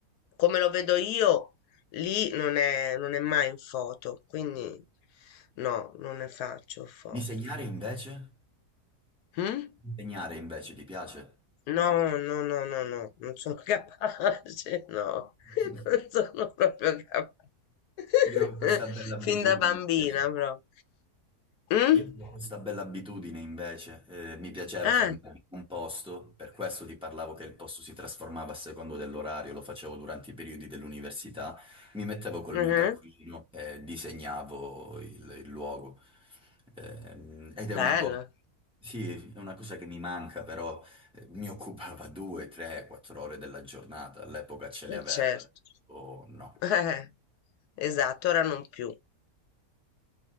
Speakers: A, on the left; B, in the centre.
A: come lo vedo io, lì non è, non è mai in foto, quindi no, non ne faccio foto.
B: Disegnare invece?
A: Mm?
B: Disegnare invece ti piace?
A: No, no, no, no, no, non sono <laughs> capace, no,
B: <laughs>
A: <laughs> non sono proprio capace. <laughs>
B: Io ho questa bella abitudine
A: Fin da bambina,
B: invece.
A: proprio. Mm?
B: Io avevo questa bella abitudine invece, eh, mi piaceva
A: Eh,
B: fermarmi in un posto, per questo ti parlavo che il posto si trasformava a secondo dell'orario, lo facevo durante i periodi dell'università, mi mettevo col
A: mhm,
B: mio taccuino e disegnavo il, il luogo. Ehm, ed è
A: Bello,
B: una cosa, sì, è una cosa che mi manca, però eh, mi occupava due, tre, quattro ore della giornata, all'epoca ce le
A: eh,
B: avevo,
A: certo.
B: o
A: <laughs>
B: no.
A: Eh, esatto, ora non più,